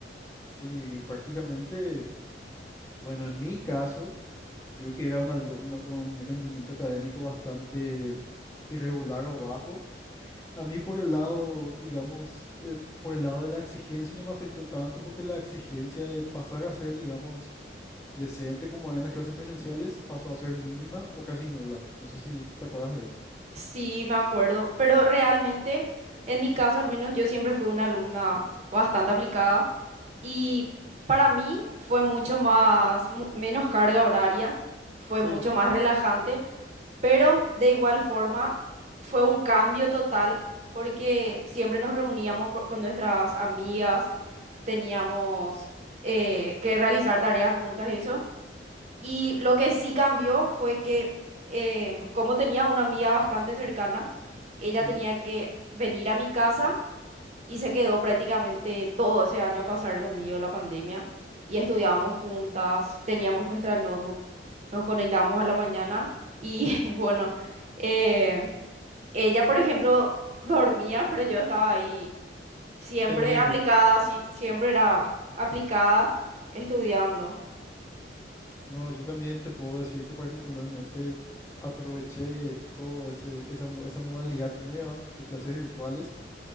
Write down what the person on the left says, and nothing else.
Sí, y prácticamente, bueno, en mi caso, yo que era un alumno con rendimiento académico bastante irregular o bajo, a mí por el lado, digamos, eh, por el lado de la exigencia no me afectó tanto porque la exigencia de pasar a ser, digamos, decente como había en las clases presenciales pasó a ser mínima o casi nula. No sé si te acuerdas de eso.
Sí,
sí.
Pendiente.
No, yo también te puedo decir que particularmente aproveché todo ese, esa, mo- esa modalidad nueva de clases virtuales